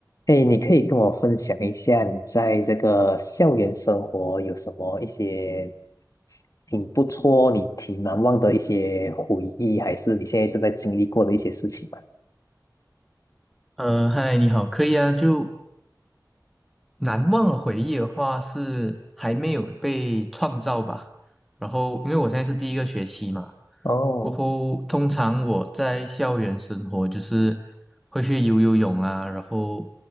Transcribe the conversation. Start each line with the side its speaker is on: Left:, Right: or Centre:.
Left: 哎，你可以跟我分享一下你在这个校园生活有什么一些挺不错、你挺难忘的一些回忆，还是你现在正在经历过的一些事情吗？
Centre: 呃，嗨，你好，可以啊。就难忘的回忆的话，是还没有被创造吧。然后，因为我现在是第一个学期嘛，
Left: 哦
Centre: 过后通常我在校园生活就是会去游游泳啊，然后